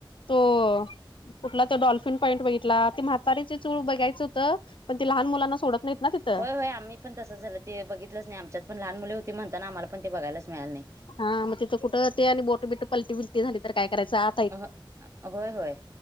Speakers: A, on the left (about 70°); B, on the right (about 35°).
A: तो कुठला तो डॉल्फिन पॉईंट बघितला त म्हातारारीची चूळ बघायच पण ते लहान मुलांना सोडत नाहीत ना तिथं
B: होय होय आम्ही पण तस झालं ते बघितलंच नाही आमच्यात पण लहान मुले होती म्हणताना आमला पण ते बघायच मिळाल नाही
A: हा मग तिथं कुठं ते आणि बोट बिट पलटी बलटी झाली तर काय करायचं आ
B: होय होय